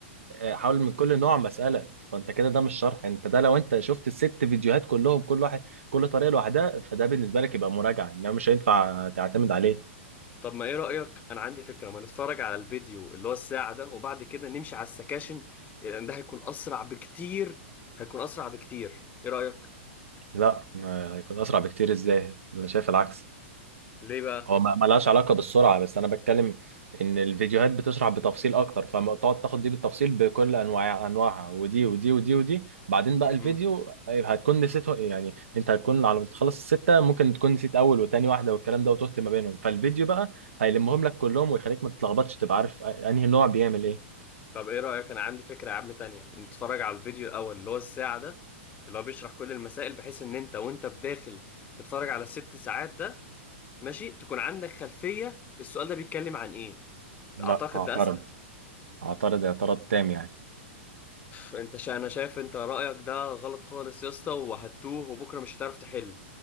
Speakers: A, on the right (about 85°); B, on the left (about 25°).
A: آه، حاول من كل نوع مسألة فانت كده ده مش شرح انت ده لو انت شفت الست فيديوهات كلهم كل واحد كل طريقة لوحدها فده بالنسبة لك يبقى مراجعة انما مش هينفع تعتمد عليه
B: طب ما ايه رأيك انا عندي فكرة ما نتفرج على الفيديو اللي هو الساعة ده وبعد كده نمشي على السكاشن لان ده هيكون اسرع بكتير هيكون اسرع بكتير ايه رأيك
A: لا آه، هيكون اسرع بكتير ازاي انا شايف العكس
B: ليه بقى
A: هو ما ما لهاش علاقة بالسرعة بس أنا بتكلم إن الفيديوهات بتشرح بتفصيل أكتر فتقعد تاخد دي بالتفصيل بكل أنواع أنواعها ودي ودي ودي ودي بعدين بقى الفيديو
B: امم
A: آه، هتكون نسيته يعني أنت هتكون على ما تخلص الستة ممكن تكون نسيت أول وتاني واحدة والكلام ده وتهت ما بينهم فالفيديو بقى هيلمهم لك كلهم ويخليك ما تتلخبطش تبقى عارف أنهي نوع بيعمل إيه
B: طب ايه رأيك انا عندي فكرة يا عم تانية نتفرج على الفيديو الاول اللي هو الساعة ده اللي هو بيشرح كل المسائل بحيث ان انت وانت بداخل تتفرج على الست ساعات ده ماشي تكون عندك خلفية السؤال ده بيتكلم عن ايه
A: لا
B: اعتقد
A: أعترض
B: ده اسهل
A: أعترض اعتراض تام يعني
B: انت شا... انا شايف انت رأيك ده غلط خالص يا اسطى وهتوه وبكرة مش هتعرف تحل